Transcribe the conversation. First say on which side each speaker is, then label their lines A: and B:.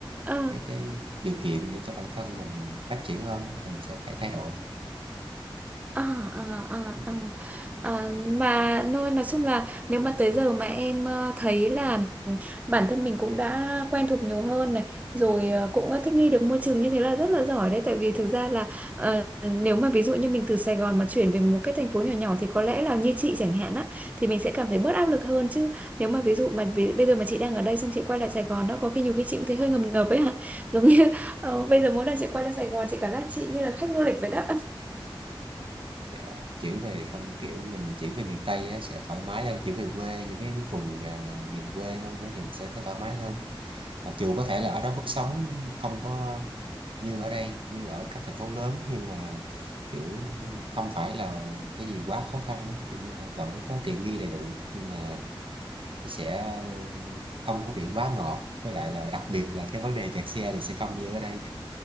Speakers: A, on the right (about 15°); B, on the right (about 75°).
A: À.
B: cái cái điều kiện để cho bản thân mình phát triển hơn á, mình sẽ phải thay đổi
A: À, à, à,
B: Ừm,
A: à. À, mà nói nói chung là nếu mà tới giờ mà em ờ, thấy là bản thân mình cũng đã quen thuộc nhiều hơn này rồi ờ, cũng đã thích nghi được môi trường như thế là rất là giỏi đấy tại vì thực ra là ờ, nếu mà ví dụ như mình từ Sài Gòn mà chuyển về một cái thành phố nhỏ nhỏ thì có lẽ là như chị chẳng hạn á thì mình sẽ cảm thấy bớt áp lực hơn chứ nếu mà ví dụ mà vì, bây giờ mà chị đang ở đây xong chị quay lại Sài Gòn đó có khi nhiều khi chị cũng thấy hơi ngập ngập ấy hả giống như ờ, bây giờ mỗi lần chị quay lại Sài Gòn chị cảm giác chị như là khách du lịch vậy đó
B: dạ. chuyển về không kiểu mình chuyển về miền Tây á, sẽ thoải mái hơn chuyển về quê những cái vùng ờ, miền quê hơn á thì mình sẽ thấy thoải mái hơn mặc dù có thể là ở đó mức sống không có như ở đây như ở các thành phố lớn nhưng mà kiểu không phải là cái gì quá khó khăn á. kiểu như ở- vẫn có tiện nghi đầy đủ nhưng mà nó sẽ không có bị quá ngọt với lại là đặc biệt là cái vấn đề kẹt xe thì sẽ không như ở đây